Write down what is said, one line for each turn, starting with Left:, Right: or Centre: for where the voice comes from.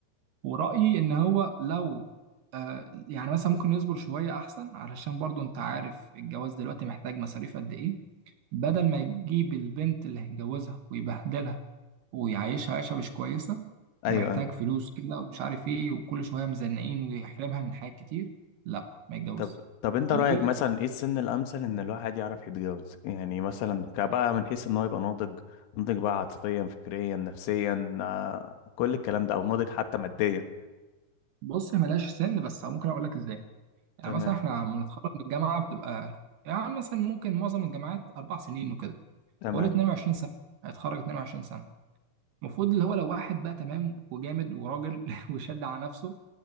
Right: ورأيي إن هو لو آه يعني مثلا ممكن يصبر شوية أحسن علشان برضو أنت عارف الجواز دلوقتي محتاج مصاريف قد إيه بدل ما يجيب البنت اللي هيتجوزها ويبهدلها ويعيشها عيشة مش كويسة
Left: <laughs> ايوه
Right: ومحتاج فلوس كده ومش عارف إيه وكل شوية مزنقين ويحرمها من حاجات كتير لا ما يتجوزش
Left: طب طب انت
Right: ليه؟
Left: رأيك مثلا ايه السن الأمثل ان الواحد يعرف يتجوز يعني مثلا كبقى من حيث ان هو يبقى ناضج ناضج بقى عاطفيا فكريا نفسيا آه، كل الكلام ده او ناضج حتى ماديا
Right: بص ملاش سن بس ممكن أقول لك إزاي يعني
Left: تمام
Right: مثلا إحنا لما نتخرج من الجامعة بتبقى يعني مثلا ممكن معظم الجامعات أربع سنين وكده
Left: تمام
Right: فقول 22 سنه هيتخرج 22 سنه المفروض اللي هو لو واحد بقى تمام وجامد وراجل <laughs> وشد على نفسه